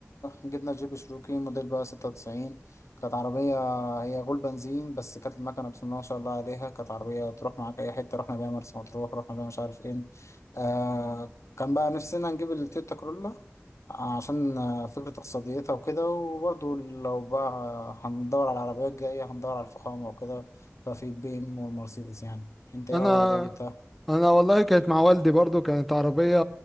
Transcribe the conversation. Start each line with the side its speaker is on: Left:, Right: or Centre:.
Left: جبنا الجيب شروكي موديل بقى ستة وتسعين كانت عربية هي غول بنزين بس كانت المكنة بسم الله ما شاء الله عليها كانت عربية تروح معاك أي حتة رحنا بيها مرسى مطروح رحنا بيها مش عارف فين آه كان بقى نفسنا نجيب التويوتا كرولا عشان آه، فكرة اقتصاديتها وكده وبرضه لو بقى هندور على العربيات الجاية هندور على الفخامة وكده ففي البي ام والمرسيدس يعني انت ايه
Centre: انا
Left: اول عربية جبتها؟
Centre: انا والله كانت مع والدي برضو كانت عربية